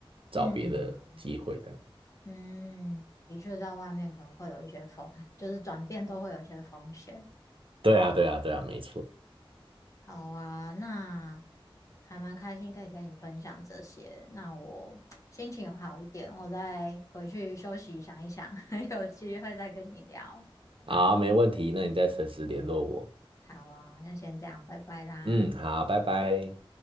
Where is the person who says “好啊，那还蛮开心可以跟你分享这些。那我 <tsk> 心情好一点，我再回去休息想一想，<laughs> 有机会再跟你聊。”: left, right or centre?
Left